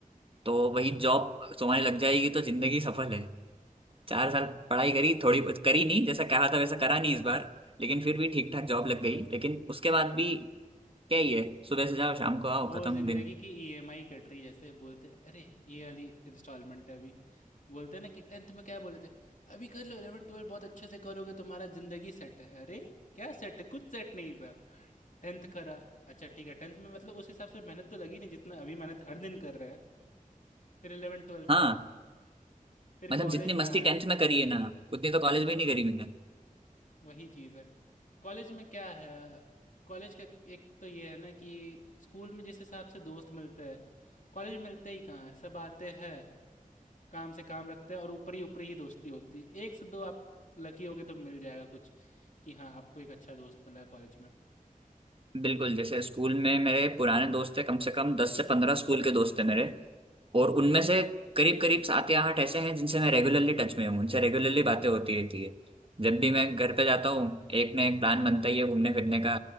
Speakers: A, on the right; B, on the left.
A: तो वही जॉब तुम्हारी लग जाएगी तो जिंदगी सफल है चार साल पढ़ाई करी थोड़ी बहुत करी नहीं जैसा कहा था वैसा करा नहीं इस बार लेकिन फिर भी ठीक ठाक जॉब लग गई लेकिन उसके बाद भी क्या ही है सुबह से जाओ शाम को आओ
B: वो
A: खत्म
B: ज़िंदगी
A: दिन
B: की ईएमआई कट रही है, जैसे बोलते अरे ये वाली इंस्टॉलमेंट है अभी बोलते हैं ना कि 10th में क्या बोले थे अभी कर लो 11 12 बहुत अच्छे से करोगे तुम्हारा ज़िंदगी सेट है अरे क्या सेट है कुछ सेट नहीं था 10th करा अच्छा ठीक है 10th में मतलब उस हिसाब से मेहनत तो लगी नहीं जितना अभी मेहनत हर दिन कर रहा है फिर 11 12
A: हाँ
B: करा फिर
A: मतलब
B: कॉलेज
A: जितनी मस्ती
B: में आए
A: टेंथ में करी है ना उतनी तो कॉलेज में नहीं करी मैंने
B: वही चीज़ है। कॉलेज में क्या है, कॉलेज का एक तो ये है ना कि स्कूल में जिस हिसाब से दोस्त मिलते हैं, कॉलेज में मिलते ही कहाँ हैं, सब आते हैं, काम से काम रखते हैं और ऊपरी ऊपरी ही दोस्ती होती है। 1 से 2 आप लकी होगे तो मिल जाएगा कुछ कि हाँ, आपको एक अच्छा दोस्त मिला है कॉलेज में।
A: बिल्कुल जैसे स्कूल में मेरे पुराने दोस्त थे कम से कम दस से पंद्रह स्कूल के दोस्त थे मेरे और उनमें से करीब करीब सात या आठ ऐसे हैं जिनसे मैं रेगुलरली टच में हूँ उनसे रेगुलरली बातें होती रहती है जब भी मैं घर पे जाता हूँ एक ना एक प्लान बनता ही है घूमने फिरने का